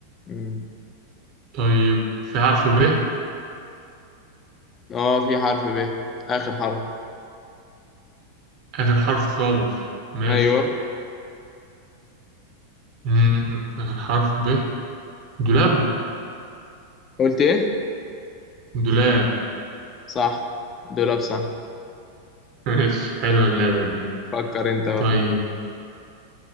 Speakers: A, on the left; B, on the right.
A: مم
B: طيب في حرف ب
A: اه في حرف ب آخر حرف
B: آخر حرف خالص ماشي
A: ايوه
B: مم. آخر حرف ب دولاب
A: قلت ايه
B: دولاب
A: صح دولاب صح
B: <laughs> ماشي حلوة اللعبة دي
A: فكر انت بقى
B: طيب